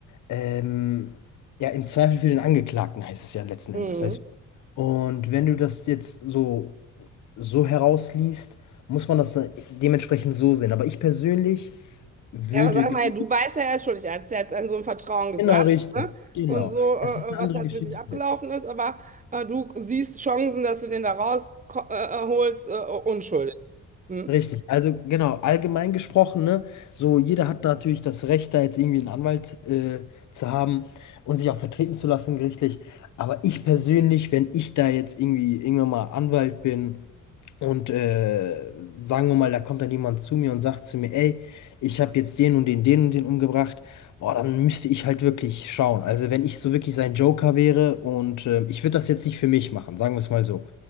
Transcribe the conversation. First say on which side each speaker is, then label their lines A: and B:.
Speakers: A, on the left (about 75°); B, on the right (about 25°).
A: ähm, ja, im Zweifel für den Angeklagten heißt es ja letzten
B: Mhm.
A: Endes, weißt du. Und wenn du das jetzt so, so herausliest, muss man das dann dementsprechend so sehen. Aber ich persönlich würde,
B: Ja, aber sag
A: glaub-
B: mal, du weißt ja, er ist schuldig. Er hat es ja jetzt an so einem Vertrauen gesagt,
A: genau richtig,
B: ne?
A: genau.
B: Und so, äh,
A: Das ist eine
B: äh, was
A: andere
B: jetzt
A: Geschichte
B: wirklich abgelaufen
A: jetzt.
B: ist, aber äh, du siehst Chancen, dass du den da rausholst, äh, äh, holst, äh, äh, unschuldig. Hm?
A: Richtig, also genau, allgemein gesprochen, ne, so jeder hat natürlich das Recht, da jetzt irgendwie einen Anwalt äh, zu haben und sich auch vertreten zu lassen gerichtlich. Aber ich persönlich, wenn ich da jetzt irgendwie irgendwann mal Anwalt bin und äh, sagen wir mal, da kommt dann jemand zu mir und sagt zu mir, ey, ich habe jetzt den und den, den und den umgebracht, boah, dann müsste ich halt wirklich schauen. Also wenn ich so wirklich sein Joker wäre und äh, ich würde das jetzt nicht für mich machen, sagen wir es mal so.